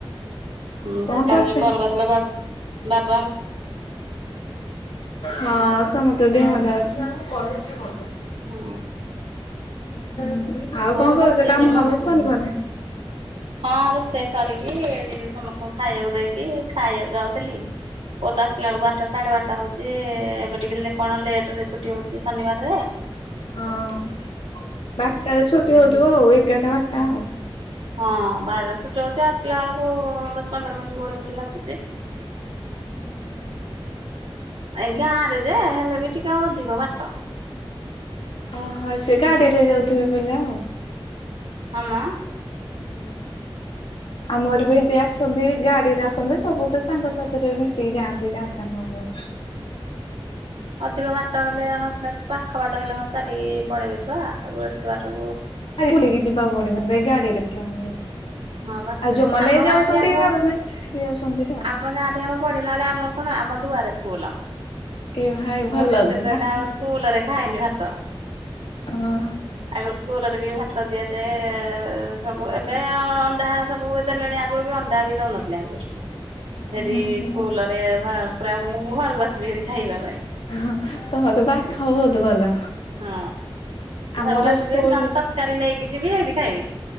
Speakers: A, on the left; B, on the right.
A: ଆଉ
B: ହଁ
A: କଣ
B: କାଲି
A: କରୁଛ
B: ଯୋଉ କଲ କରିଥିଲା ବା ବା
A: ହଁ ସମତେ ଦେହ ଭଲ ଅଛି।
B: ହୁଁ।
A: ହୁଁ ଆଉ
B: ମୁଁ
A: କଣ
B: ଏଠି
A: କରୁଛ
B: ବସିଛି
A: କାମ
B: ମ।
A: ଫାମ ସରିବନି?
B: ହଁ ରୋଷେଇ ସରିକି ଏ ସମସ୍ତଙ୍କୁ ଖାଇବାକୁ ଦେଇକି ଖାଇବାକୁ ଯାଉ ଥିଲି। ପୁଅ ତ ଆସିଲା ବେଳକୁ ବାରଟା ସାଢେ ବାରଟା ହଉଛି ଏବେ ଟିକେ ହେଲେ କଣ ଲେଟରେ ଛୁଟି ହଉଛି ଶନିବାରଯେ।
A: ହଁ ବାରଟାରେ ଛୁଟି ହଉଥିବ ଆଉ ଏଗାରଟା ବାରଟା ଆଉ।
B: ହଁ ବାରଟା ଛୁଟି ହଉଛି ଆସିଲା ବେଳକୁ ଦଶ ପନ୍ଦର ମିନିଟ କୋଡିଏ ମିନିଟ୍ ଲାଗୁଛି।
A: ହୁଁ ହୁଁ।
B: ଏଇ ଗାଁ ରେ ଯେ ହେଲେ ବି ଟିକେ ଅଧିକ ବାଟ।
A: ଓଁହଁ ସେ ଗାଡି ରେ ଯାଉଥିବେ ପିଲା ଆଉ।
B: ହମ।
A: ହୁଁ ଆମର ବି ଏମତି ଆସନ୍ତି ଗାଡି ରେ ଆସନ୍ତି ସବୁ ତ ସାଙ୍ଗସଥି ରେ ମିଶିକି ଯାଆନ୍ତି ରାଧା କାଓ।
B: ଅଧିକ ବାଟ ହେଲେ ହସିନା ପାଖ ବାଟ ହେଲେ ହ ଚାଲିକି ପଳେଇବେ ଛୁଆ ଆଉ ଏତେ ବାଟ କୁ
A: ବୁଲିକି ଯିବାକୁ ପଡିବନି ଏ ଗାଡ଼ିରେ ପିଲାମାନେ ଯାଉଛନ୍ତି।
B: ହଁ ବା
A: ଆଉ ଯୋଉମାନେ
B: ଆମ ଗାଁଠି
A: ଯାଉଛନ୍ତି
B: ଆମ
A: ବାବାମାନେ ଛାଡିକି ଯାଉଛନ୍ତି ଆଉ।
B: ଆମ ଗାଁଠି ଆମ ପଢିଲା ବେଳେ ଆମର କଣ ଆମ ଦୁଆରେ ସୁଆଲା
A: ଏ ଭାଇ
B: ମୋ
A: ଭଲ
B: ରିଶେଷ
A: ତ ପାଖ
B: ହେଲେ ଆଉ ସ୍କୁଲରେ ଖାଏନି ଭାତ।
A: ଓହୋ
B: ଆଗ ସ୍କୁଲରେ ବି ଭା ତ ଦିଆଯାଏ ସବୁ ଏବେ ଅନ୍ଧା ସବୁ ଦେଲେଣି ଆଗରୁ ବି ଅନ୍ଧା ବି ଦୋଉନ ସେଠି
A: ହୁଁ ହୁଁ
B: ସ୍କୁଲରେ ଭା ପ୍ରାୟ ମୁଁ ଘରକୁ ଆସିବି ହାରି ଖାଇବା ପାଇଁ।
A: ହ ତମର ତପାଖ ବହୁତ ଭଲ।
B: ହଁ ଘରକୁ
A: ଆମର
B: ଆସିବି
A: ସ୍କୁଲ
B: ନହେଲେ ତରକାରୀ ନେଇକି ଯିବି ହେଇଠି ଖାଇବି।